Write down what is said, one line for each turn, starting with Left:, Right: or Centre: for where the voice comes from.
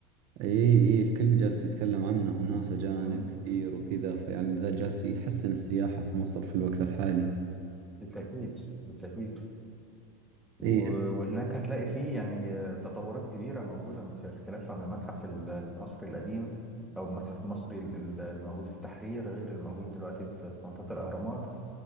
Right: إي إي الكل جالس يتكلم عنه وناس أجانب
Centre: مم.
Right: كثير وكذا فيعني ذا جالس يحسن السياحة في مصر في الوقت الحالي
Centre: بالتاكيد بالتاكيد و-
Right: اي
Centre: وهناك هتلاقي فيه يعني تطورات كبيرة موجودة في اختلاف عن المتحف المصري القديم أو المتحف المصري ال- ال- الموجود في التحرير غير الموجود دلوقتي في في منطقة الأهرامات